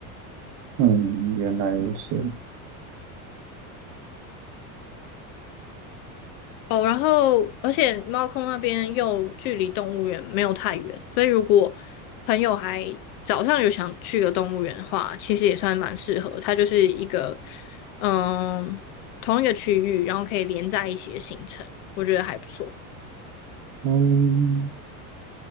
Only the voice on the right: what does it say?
嗯，原来如此。
嗯，